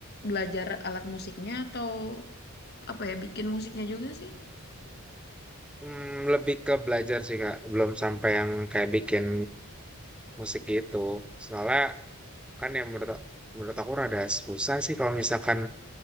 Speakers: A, on the left; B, in the centre.
A: belajar alat musiknya atau apa ya, bikin musiknya juga sih?
B: Hmm, lebih ke belajar sih Kak, belum sampai yang kayak bikin musik gitu. Soalnya kan yang menurut menurut aku rada susah sih kalau misalkan